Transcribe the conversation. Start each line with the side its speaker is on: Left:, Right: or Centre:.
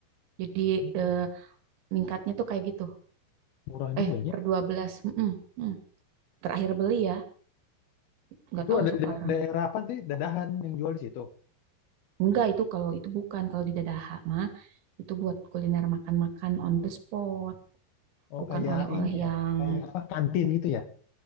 Right: Jadi
Left: hmm,
Right: eh, meningkatnya tuh kayak gitu.
Left: murah juga
Right: Eh, per
Left: ya.
Right: 12. mm-mm, mm. Terakhir beli ya, nggak
Left: Itu
Right: tahu
Left: ada
Right: sekarang.
Left: da- daerah apa sih dadahan yang jual di situ?
Right: Enggak itu kalau itu bukan kalau di Dadaha mah itu buat kuliner makan-makan on the spot
Left: Oh
Right: bukan
Left: kayak
Right: oleh-oleh
Left: ini
Right: yang
Left: ya, kayak apa kantin gitu ya?